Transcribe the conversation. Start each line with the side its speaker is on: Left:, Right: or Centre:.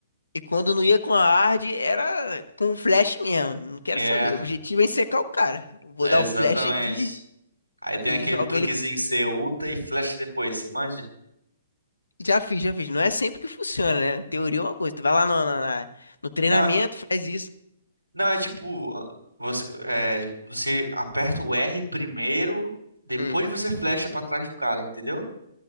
Left: E quando não ia com a hard, era com o flash mesmo. Não quero
Right: É,
Left: saber. O objetivo é secar o cara. Vou
Right: exatamente.
Left: dar o flash aqui
Right: Aí tem
Left: e
Right: aquele
Left: jogo
Right: truquezinho
Left: ele.
Right: que você ulta e flecha depois, você manja?
Left: Já fiz, já fiz. Não é sempre que funciona, né? Teoria é uma coisa. Tu vai lá no, na- na- no treinamento,
Right: Não,
Left: faz isso.
Right: Não, é tipo, você, é, você aperta o R primeiro, depois
Left: Hum,
Right: você flecha pra trás do cara, entendeu?